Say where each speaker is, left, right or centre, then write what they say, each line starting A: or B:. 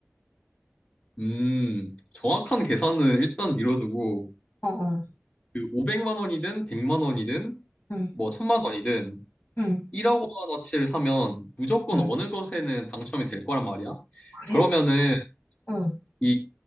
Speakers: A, on the left (about 30°); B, on the left (about 55°).
A: 음, 정확한 계산은 일단 미뤄두고
B: 어, 어.
A: 그 500만 원이든 100만 원이든
B: 응.
A: 뭐 1000만 원이든
B: 응.
A: 1억 원어치를 사면 무조건
B: 응.
A: 어느 것에는 당첨이 될 거란 말이야.
B: 그래?
A: 그러면은
B: 어.
A: 이